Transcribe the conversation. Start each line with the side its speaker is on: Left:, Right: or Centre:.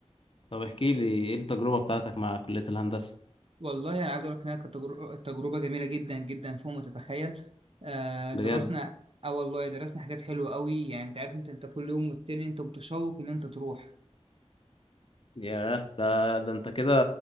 Left: طب احكي لي ايه التجربة بتاعتك مع كلية الهندسة
Right: والله انا عايز اقول لك انها كانت تجر- تجربه جميله جدا جدا فوق ما تتخيل آه
Left: بجد
Right: درسنا اه والله درسنا حاجات حلوه قوي يعني انت عارف انت انت كل يوم والتاني انت متشوق ان انت تروح
Left: ياه ده ده انت كده